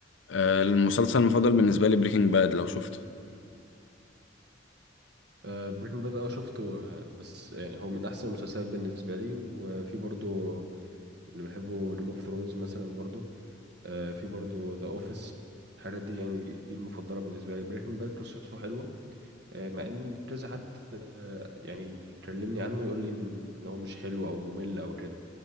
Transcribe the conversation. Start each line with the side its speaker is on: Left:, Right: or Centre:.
Left: آه، المسلسل المفضل بالنسبة لي بريكنج باد لو شفته
Right: آه بريكنج باد اه شفته آه، بس يعني هو من احسن المسلسلات بالنسبه لي وفي برضو اللي بحبه جيم اوف ثرونز مثلا برضو آه، في برضو ذا اوفيس الحاجات دي يعني دي المفضله بالنسبه لي بريكنج باد قصته حلوه آه، مع ان كذا حد آه، يعني يكلمني عنه يقول لي ان إن هو مش حلو او ممل او كده